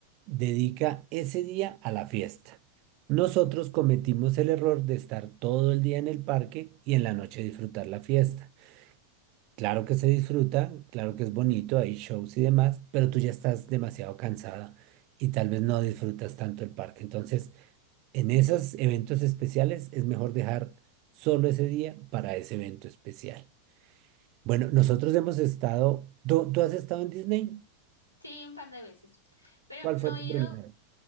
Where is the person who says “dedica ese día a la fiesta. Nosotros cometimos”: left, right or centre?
Right